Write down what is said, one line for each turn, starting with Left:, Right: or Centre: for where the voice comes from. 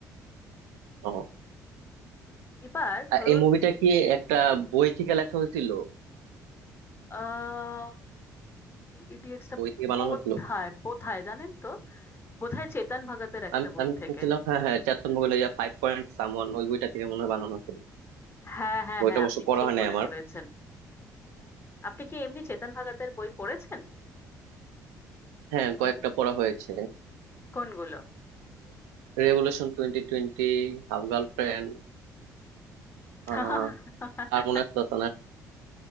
Right: ও
Left: এবার
Right: আর
Left: ধরুন
Right: এই মুভিটা কি একটা
Left: হুম
Right: বই থেকে লেখা হয়েছিল
Left: আহ ইডিয়েটসটা
Right: বই থেকে
Left: বোধ
Right: বানানো হয়েছিল
Left: হয় বোধ হয় জানেন তো বোধ হয় চেতন ভগতের একটা
Right: আমি
Left: বই
Right: আমি
Left: থেকে
Right: শুনছিলাম হ্যাঁ হ্যাঁ চেতন ভগতের ফাইভ পয়েন্ট সামওয়ান ওই বইটা থেকে মনে হয় বানানো হয়েছিল
Left: হ্যাঁ হ্যাঁ
Right: বইটা
Left: হ্যাঁ
Right: অবশ্য
Left: আপনি
Right: পড়া
Left: ঠিক
Right: হয় নাই
Left: মনে
Right: আমার
Left: করেছেন আপনি কি এমনি চেতন ভগতের বই পড়েছেন
Right: হ্যাঁ
Left: কোন
Right: কয়েকটা পড়া হয়েছে
Left: কোনগুলো
Right: রেভলিউশন টোয়েন্টি টোয়েন্টি হাফ গার্লফ্রেন্ড
Left: <laughs>
Right: আহ আর মনে আসতেছে না